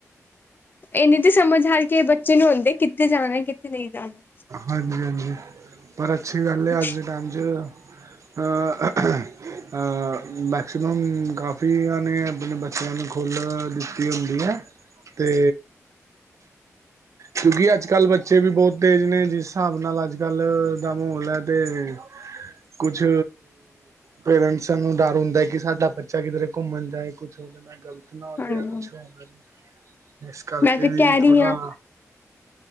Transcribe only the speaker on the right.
ਹਾਂਜੀ-ਹਾਂਜੀ, ਪਰ ਅੱਛੀ ਗੱਲ
ਏ ਅੱਜ ਦੇ ਟੈਮ ਚ ਹਅ, ਅਹਅਹ ਅ ਮੈਕਸੀਮਮ ਕਾਫੀ ਆ ਨੇ, ਅਬਣੇ ਬੱਚਿਆਂ ਨੂੰ ਖੁੱਲ ਦਿੱਤੀ ਹੁੰਦੀ ਐ। ਤੇ ਕਿਉਂਕਿ ਅੱਜ-ਕੱਲ੍ਹ ਬੱਚੇ ਵੀ ਬੌਤ ਤੇਜ਼ ਨੇ, ਜਿਸ ਸਾਬ ਨਾਲ ਅੱਜ ਗੱਲ ਦਾ ਮਹੌਲ ਹੈ ਤੇ, ਕੁਛ ਪੇਰੈਂਟਸਾ ਨੂੰ ਡਰ ਹੁੰਦੈ ਕਿ ਸਾਡਾ ਬੱਚਾ ਕਿਧਰੇ ਘੁੰਮਣ ਜਾਏ, ਕੁਛ ਓਹਦੇ ਨਾਲ ਗੱਲ ਤ ਨਾ ਹੋਜੇ
ਯਾ ਕੁਛ ਹੋਣ ਲਈ, ਇਸ ਕਰਕੇ
ਵੀ
ਥੋੜਾ